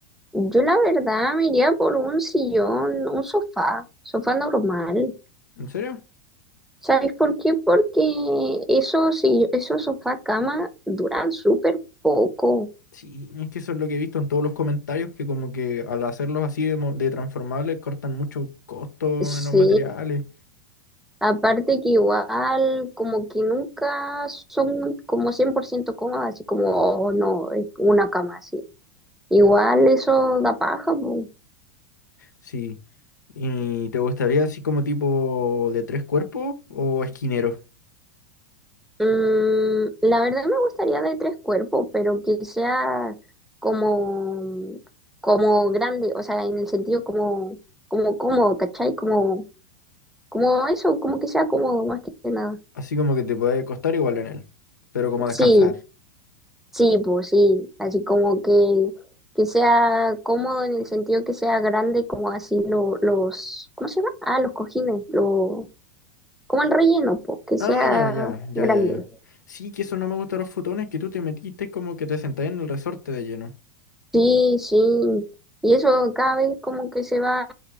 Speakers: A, in the centre; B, on the left.
A: Yo la verdad me iría por un sillón, un sofá, sofá normal.
B: ¿En serio?
A: ¿Sabes por qué? Porque esos, si- esos sofá cama duran súper poco.
B: Sí, es que eso es lo que he visto en todos los comentarios, que como que al hacerlos así de, mo- de transformables cortan mucho costo
A: Sí,
B: en los materiales.
A: aparte que igual como que nunca son como 100% cómodas, así como, oh no, es una cama así. Igual eso da paja, po.
B: Sí. ¿Y te gustaría así como tipo de tres cuerpos o esquinero?
A: Mm, la verdad me gustaría de tres cuerpos, pero que sea como, como grande, o sea, en el sentido como, como cómodo, ¿cachai? Como, como eso, como que sea cómodo más que nada.
B: Así como que te puede costar igual en él, pero como descansar.
A: Sí, Sí, pues sí, así como que, que sea cómodo en el sentido que sea grande, como así lo- los, ¿cómo se llama? Ah, los cojines, lo, como el relleno, pues, que sea
B: Ah, ya, ya, ya,
A: grande.
B: ya, ya. Sí, que eso no me gusta de los futones, que tú te metiste como que te sentás en el resorte de lleno.
A: Sí, sí, y eso cada vez como que se va